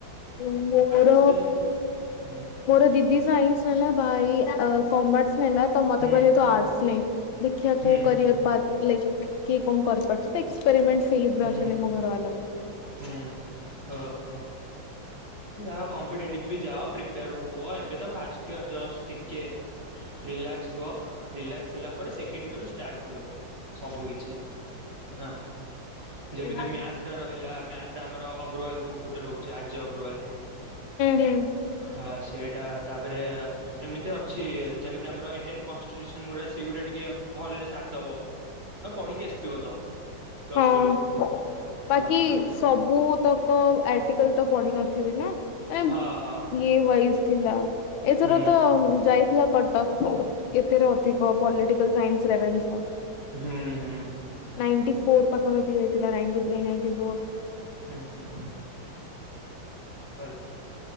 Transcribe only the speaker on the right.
ଶ୍ରେ ହୁଁ।
ହୁଁ
ହୁଁ
ହୁଁ
ହୁଁ
ହୁଁ। ହଁ ଅ ଯାଅ କମ୍ପିଟେଟିଭ ବି ଯାଅ ପ୍ରିପୋର ହୁଅ। ଏବେ ତ ଫାଷ୍ଟିୟର ଚଷ୍ଟ ଟିକେ ରି ରିଲାକ୍ସ ହୁଅ ରିଲାକ୍ସ ହେଲା ପରେ ସେକେଣ୍ଡିୟରରୁ ଷ୍ଟାର୍ଟ କରିବ ସବୁ କିଛି। ହାଁ।
ଯେମିତି ମ୍ୟାଥଟା ରହିଲା ମ୍ୟାଥଟା ଆମର ଅଗ୍ରୱାଲ ବୁକ୍ ଗୋଟେ ରହୁଚି ଆର୍ଯ୍ୟ ଅଗ୍ରୱାଲ।
ହଁ ସେଇଟା ତା ପରେ ଏମିତି ଅଛି ଯେମିତି ଆମର ଇଣ୍ଡିଆନ କନ୍ଷ୍ଟିଟୁସନ ଗୁଡା ସେଇଗୁଡା ଟିକେ ଭଲରେ ସାରିଦେବ। ତ ପଢିକି ଆସିଥିବ ତ? ପ୍ଲସ
ଟୁରେ ହଁ
ହଁ ହଁ।
ହୁଁ
ହୁଁ ହୁଁ ହୁଁ ହୁଁ
ହୁଁ ହୁଁ ହୁଁ ହାଲୋ।